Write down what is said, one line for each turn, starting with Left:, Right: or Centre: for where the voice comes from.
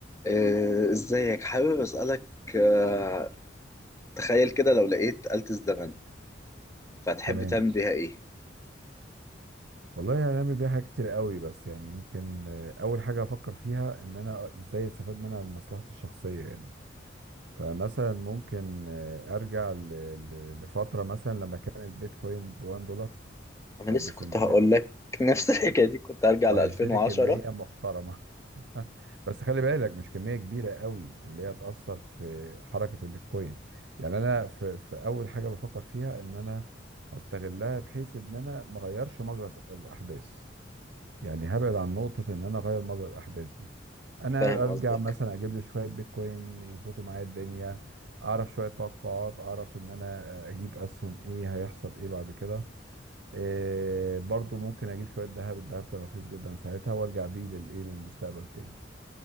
Left: آه، ازيك حابب اسالك آه، تخيل كده لو لقيت آلة الزمن فهتحب
Right: تمام
Left: تعمل بيها ايه
Right: والله هنعمل بيها حاجات كتير قوي بس يعني يمكن آه، اول حاجه افكر فيها ان انا ازاي استفاد منها لمصلحتي الشخصيه يعني فمثلا ممكن آه، ارجع ل- ل- لفتره مثلا لما كان البيتكوين ب 1 دولار
Left: انا
Right: او
Left: لسه
Right: بسنتات
Left: كنت هقول لك نفس <laughs> الحكايه دي كنت هرجع
Right: وهشتري
Left: ل 2010
Right: كميه محترمه <laughs> بس خلي بالك مش كميه كبيره قوي اللي هي تاثر في حركه البيتكوين يعني انا في, في اول حاجه بفكر فيها ان انا استغلها بحيث ان انا ما اغيرش مجرى الاحداث يعني هبعد عن نقطة إن أنا أغير مجرى الأحداث دي أنا
Left: فاهم
Right: أرجع
Left: قصدك
Right: مثلا أجيب لي شوية بيتكوين يظبطوا معايا الدنيا أعرف شوية توقعات أعرف إن أنا أجيب أسهم إيه هيحصل إيه بعد كده إيه برضو ممكن أجيب شوية ذهب الذهب كان رخيص جدا ساعتها وأرجع بيه للإيه للمستقبل تاني